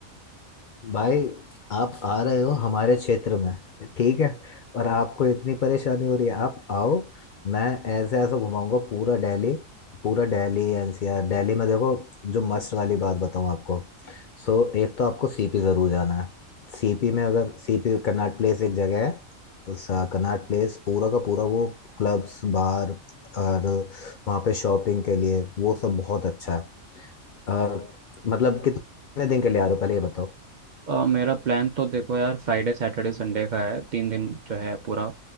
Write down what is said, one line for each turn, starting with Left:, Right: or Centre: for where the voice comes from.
Left: भाई आप आ रहे हो हमारे क्षेत्र में ठीक है और आपको इतनी परेशानी हो रही है आप आओ मैं ऐसे ऐसे घुमाऊंगा पूरा दिल्ली पूरा दिल्ली एनसीआर दिल्ली में देखो जो मस्त वाली बात बताऊं आपको सो एक तो आपको सीपी जरूर जाना है सीपी में अगर सीपी कनॉट प्लेस एक जगह है उस कनॉट प्लेस पूरा का पूरा वो क्लब्स बार और वहाँ पे शॉपिंग के लिए वो सब बहुत अच्छा है अ, मतलब कितने दिन के लिए आ रहे हो पहले ये बताओ
Right: अ, मेरा प्लान तो देखो यार फ्राइडे सैटरडे संडे का है तीन दिन जो है पूरा